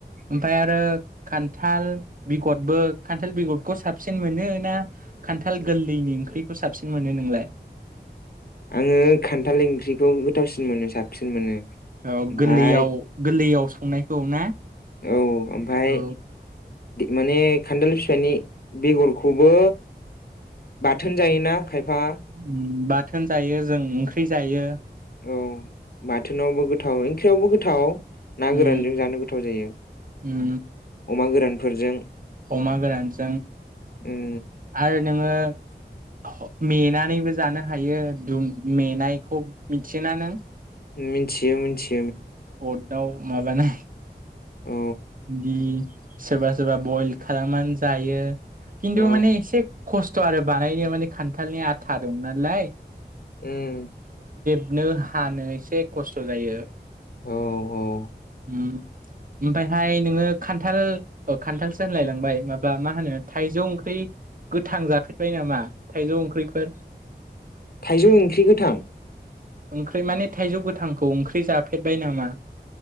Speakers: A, on the right (about 50°); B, on the left (about 60°).
A: ओमफ्राय आरो खान। खान्थाल बेगरबो खान्थाल बेगरखौ साबसिन मोनो ना खान्थाल गोरलैनि ओंख्रिखौ साबसिन मोनो नोंलाय।
B: आङो खान्थाल ओंख्रिखौ गोथावसिन मोनो साबसिन। <unintelligible> मोनो।
A: औ
B: ओमफाय
A: गोरलैयाव गोरलैयाव। संनायखौ ना?
B: औ ओमफ्राय।
A: औ
B: माने खान्दाल फिथाइनि बेगरखौबो बाथोन जायोना? खायफा
A: बाखि बाथोन जायो जों ओंख्रि जायो।
B: औ बाथोनावबो गोथाव ओंख्रियावबो गोथाव। ना
A: उम
B: गोरानजों जानो गोथाव जायो।
A: उम
B: अमा गोरानफोरजों।
A: अमा गोरानजों
B: उम
A: आरो नोङो मेनानैबो जानो हायो दुम मेनायखौ मिथियोना नों?
B: मिथियो मिथियो ।
A: अ दाव माबाना
B: औ
A: दि सोरबा सोरबा बयल खालामनानै जायो। खिन्थु
B: औ
A: माने एसे खस्थ' आरो बानायनो माने खान्थालनि आथा दं नालाय
B: उम
A: नो हानो एसे खस्थ' जायो।
B: औ औ औ
A: उम ओमफायहाय नोङो खान्थाल खान्थालसो होनलायलांबाय माबा मा होनो थायजौ ओंख्रि गोथां जाफेरबाय नामा थाइजौ ओंख्रिफोर?
B: थाइजौ ओंख्रि गोथां
A: ओंख्रि माने थाइजौ गोथांखौ ओंख्रि जाफेर बाय नामा?